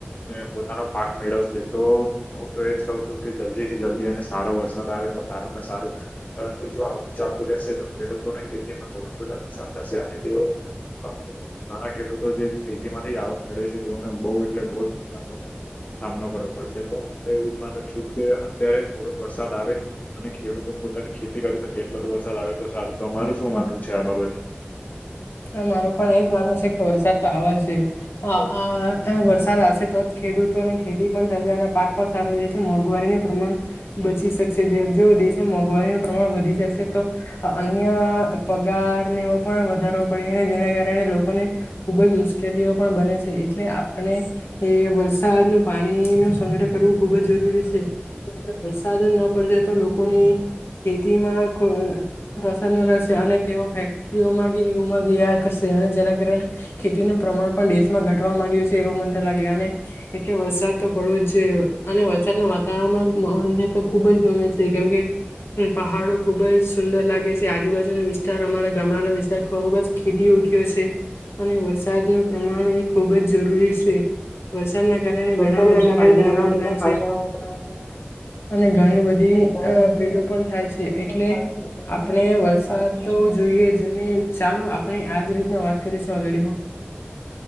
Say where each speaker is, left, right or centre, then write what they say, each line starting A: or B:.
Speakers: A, on the left; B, on the left.
A: ને પો પોતાનો પાક મેળવશે તો હું તો એજ કઉ છું કે જલ્દીથી જલ્દી તે અને સારો વરસાદ આવે તો સારામાં સારું પરંતુ જો આવું ચાલતું રહેશે તો ખેડૂત ને ખેતીમાં ઘણું બધા નુકસાન થશે અને તેઓ <unintelligible> ઘણા ખેડૂતો જે ખેતી માંથી આવક મળવી છે તેઓને બહુ એટલે બહુ જ નુકસાન નો સામનો કરવો પડશે તો હું તો એવું જ માનું છું કે અત્યારે થોડુંક વરસાદ આવે અને ખેડૂતો પોતાની ખેતી કરી શકે કેટલો તો વરસાદ આવે તો સારું તમારું શું માનવું છે આ બાબતે.
B: તો મારું પણ એજ માનવું
A: મારે
B: છે કે વરસાદ તો આવવા જોઈએ
A: પણ એ જ
B: આ
A: છે.
B: આ વરસાદ આવશે તો જ ખેડૂતોને ખેતી પણ થશે અને પાક પણ સારો રહે છે મોંઘવારીનું પ્રમાણ બચી શક શે જો દેશમાં મોઘવારીનો પ્રમાણ વધી જશે તો અન્ય પગારને એવો પણ વધારો પણ એને જેના કારણે લોકોને ખુબ જ મુશ્કેલીઓ પણ બને છે, એટલે આપણે એ વર સાદનુ પાણીનો સંગ્રહ કરવું ખુબ જ જરૂરી છે, <unintelligible> વરસાદ ન પડશે તો લોકોને ખેતીમાં રસન રહેશે અને તેઓ ફેક્ટરીઓમાં એવુંમા લીયા કરશે અને જેના કારણે ખેતીનું પ્રમાણ પણ દેશમાં ઘટવા માંડ્યું છે, એવું મન તો લાગે અને એટલે વરસાદ તો પડવો જ છે, અને વરસાદના વાતાવરણમાં મહોલને તો ખુબ જ ગમે છે. કેમ કે પહાડો ખુબ જ સુંદર લાગે છે, આજુબાજુનો વિસ્તાર અમારા ગામડાનો વિસ તાર ખૂબ જ ખીલી ઉઠ્યો છે, અને વરસાદનું પ્રમાણ એ ખૂબ જ જરૂરી છે. વરસાદના કારણે
A: વરસાદના
B: ઘણા બધા
A: કારણે
B: ફાયદાઓ
A: ઘણા
B: પડતા
A: બધા ફાયદાઓ
B: છે.
A: પણ થાય છે
B: અને ઘણી બધી
A: અને ઘણી
B: અ
A: બધી
B: પેલું
A: મતલબ
B: પણ થાય છે, એટલે
A: પણ થાય છે એટલે
B: આપણે વરસાદ
A: આપણે
B: તો આપવું જોઈએ જેની ચાલો આપણે આજ રીતના વાત કરીશું આ ગાડીમાં.